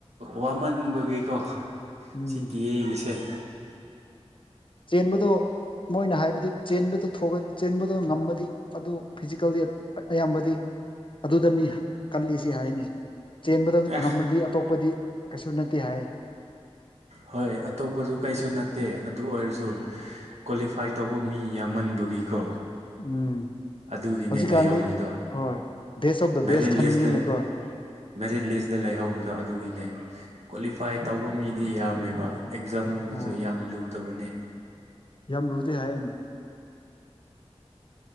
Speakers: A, on the right (about 85°); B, on the left (about 50°).
A: ꯋꯥꯃꯟꯕꯒꯤꯀꯣ
B: ꯎꯝ
A: ꯁꯤꯇꯤꯑꯦꯒꯤꯁꯦ <unintelligible>
B: ꯆꯦꯟꯕꯗꯣ ꯃꯣꯏꯅ ꯍꯥꯏꯕꯗꯤ ꯆꯦꯟꯕꯗ ꯊꫭꯒ <unintelligible> ꯆꯦꯟꯕꯗ ꯉꯝꯃꯗꯤ ꯑꯗꯨ ꯐꯤꯖꯤꯀꯦꯜꯗꯤ ꯑꯌꯥꯝꯕꯗꯤ ꯑꯗꯨꯗꯅꯤ ꯀꯜꯂꯤꯁꯤ ꯍꯥꯏꯅꯤ ꯆꯦꯟꯕꯗ
A: ꯑꯦ
B: ꯉꯝꯃꯗꯤ ꯑꯇꯣꯞꯄꯗꯤ ꯀꯩꯁꯨ ꯅꯠꯇꯦ ꯍꯥꯏ
A: ꯍꯣꯏ ꯑꯇꯣꯞꯄꯁꯨ ꯀꯩꯁꯨ ꯅꯠꯇꯦ ꯑꯗꯨ ꯑꯣꯏꯔꯁꯨ ꯀ꯭ꯋꯥꯂꯤꯐꯥꯏ ꯇꯧꯕ ꯃꯤ ꯌꯥꯝꯃꯟꯕꯒꯤꯀꯣ
B: ꯎꯝ
A: ꯑꯗꯨꯒꯤꯅꯦ
B: ꯍꯧꯖꯤꯛꯀꯥꯟꯗꯤ
A: ꯂꯩꯥꯏꯍꯧꯔꯤꯗꯣ
B: ꯍꯣꯏ best of the
A: merit
B: best ꯈꯟꯕꯅꯤꯅꯀꯣ
A: list ꯃꯦꯔꯤꯠ ꯂꯤꯁꯇ ꯂꯩꯍꯧꯕꯗꯣ ꯑꯗꯨꯒꯤꯅꯦ ꯀ꯭ꯋꯥꯂꯤꯐꯥꯏ ꯇꯧꯕ ꯃꯤꯗꯤ ꯌꯥꯝꯃꯦꯕ ꯑꯦꯛꯖꯥꯝꯒꯨꯝꯕꯁꯨ
B: ꯎꯝ
A: ꯌꯥꯝ ꯂꯨꯗꯕꯅꯦ
B: ꯌꯥꯝ ꯂꯨꯗꯦ ꯍꯥꯏꯅꯦ